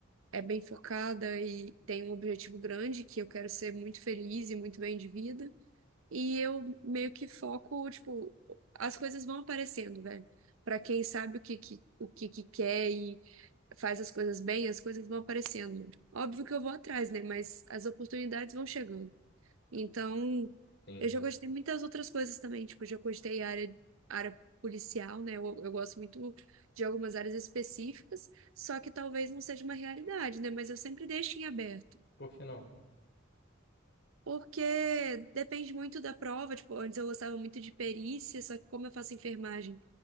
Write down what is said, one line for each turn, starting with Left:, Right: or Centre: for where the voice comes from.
Right: é bem focada e tem um objetivo grande, que eu quero ser muito feliz e muito bem de vida. E eu meio que foco, tipo, as coisas vão aparecendo, velho. Pra quem sabe o que, que, o que, que quer e faz as coisas bem, as coisas vão aparecendo. Óbvio que eu vou atrás, né? Mas as oportunidades vão chegando. Então,
Left: Sim.
Right: eu já gostei muitas outras coisas também. Tipo, já gostei área, área policial, né? Eu, eu gosto muito de algumas áreas específicas, só que talvez não seja uma realidade, né? Mas eu sempre deixo em aberto.
Left: Por que não?
Right: Porque depende muito da prova. Tipo, antes eu gostava muito de perícia, só que como eu faço enfermagem,